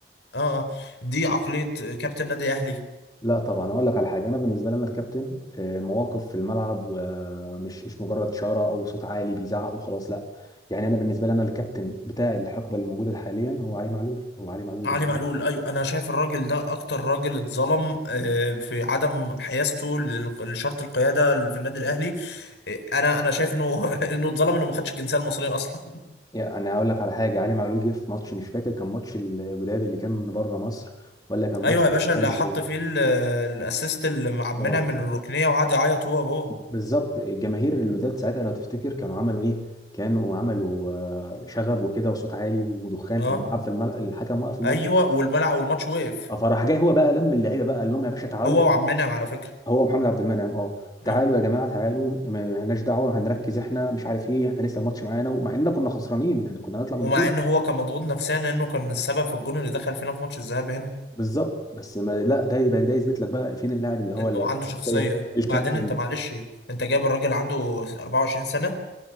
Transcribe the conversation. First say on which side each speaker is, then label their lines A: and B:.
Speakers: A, on the left; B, on the left.
A: آه. دي عقليه كابتن نادي اهلي
B: لا طبعا اقول لك على حاجه انا بالنسبه لي انا الكابتن آه، مواقف في الملعب ومش مش مجرد شاره او صوت عالي بيزعق وخلاص لا يعني انا بالنسبه لي انا الكابتن بتاع الحقبه الموجوده حاليا هو علي معلول هو علي معلول
A: علي
B: بالنسبه
A: معلول ايوه انا شايف الراجل ده اكتر راجل اتظلم آه، في عدم حيازته لل- لشرط القياده في النادي الاهلي آه، انا انا شايف انه <laughs> انه اتظلم انه ما خدش الجنسيه المصريه اصلا
B: يعني انا هقول لك على حاجه علي معلول جه في ماتش مش فاكر كان ماتش الوداد اللي كان من بره مصر ولا
A: <laughs>
B: كان ماتش
A: ايوه يا
B: الهلال
A: باشا اللي
B: السوداني
A: حط فيه ال- الاسيست اللي مع عبد المنعم
B: اه
A: من الركنيه وقعد يعيط هو هو
B: بالظبط الجماهير الوداد ساعتها لو تفتكر كانوا عملوا ايه كانوا عملوا آه، شغب وكده وصوت عالي ودخان
A: اه
B: في الملعب في الملعب الحكم وقف الماتش
A: ايوه والملعب والماتش وقف
B: آه، فراح جاي هو بقى لم اللعيبه بقى قال لهم يا باشا تعالوا
A: هو
B: تعالوا
A: وعبد المنعم على فكره
B: هو محمد عبد المنعم اه تعالوا
A: آه.
B: يا جماعه تعالوا ما ما لناش دعوه هنركز احنا مش عارف ايه احنا لسه الماتش معانا ومع اننا كنا خسرانين يعني كنا هنطلع من
A: ومع
B: البطوله
A: ان هو كان مضغوط نفسيا لانه كان السبب في الجون اللي دخل فينا في ماتش الذهاب هنا
B: بالظبط بس ما لا ده يبقى ده يثبت لك بقى فين اللاعب اللي هو
A: انه
B: ال-
A: عنده شخصيه
B: الشخصيه
A: وبعدين
B: الكابتن
A: انت معلش انت جايب الراجل عنده 24 سنه